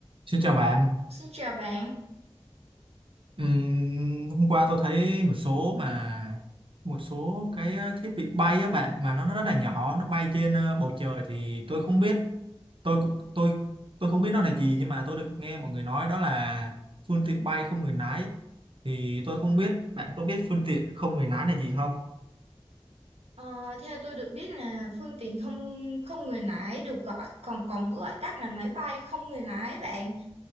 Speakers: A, on the right (about 55°); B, on the right (about 80°).
A: Xin chào bạn.
B: Xin chào bạn.
A: Ừm, hôm qua tôi thấy một số mà một số cái ờ, thiết bị bay á bạn mà nó nó rất là nhỏ, nó bay trên ờ, bầu trời thì tôi không biết tôi cũng- tôi tôi không biết nó là gì nhưng mà tôi được nghe mọi người nói đó là phương tiện bay không người lái. Thì tôi không biết bạn có biết phương tiện không người lái là gì không?
B: Ờ, theo tôi được biết là phương tiện không không người lái được gọi còn còn gọi tắt là máy bay không người lái bạn.